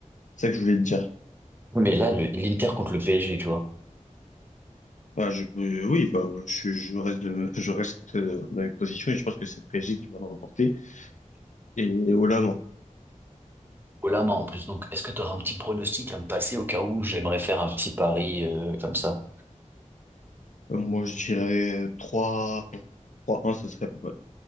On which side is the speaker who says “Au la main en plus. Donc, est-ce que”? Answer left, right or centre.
Right